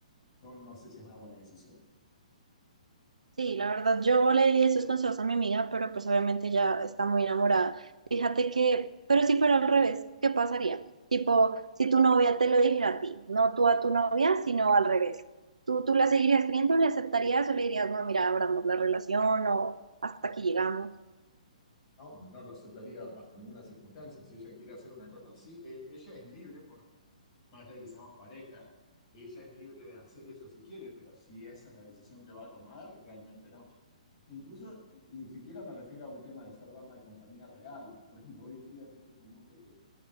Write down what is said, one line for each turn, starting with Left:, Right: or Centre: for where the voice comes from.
Left: yo no sé si es una buena decisión.
Right: Sí, la verdad, yo le di esos consejos a mi amiga, pero pues obviamente ya está muy enamorada. Fíjate que, pero si fuera al revés, ¿qué pasaría? Tipo, si tu novia te lo dijera a ti, no tú a tu novia, sino al revés. ¿Tú, tú la seguirías creyendo, le aceptarías o le dirías, no, mira, abramos la relación o hasta aquí llegamos?
Left: No, no lo aceptaría bajo ninguna circunstancia. Si ella quiere hacer una cosa así, e- ella es libre porque, más allá de que seamos pareja, ella es libre de hacer eso si quiere, pero si esa es la decisión que va a tomar, realmente no. Incluso ni siquiera me refiero a un tema de ser dama de compañía real. Por ejemplo, hoy en día es muy común de que,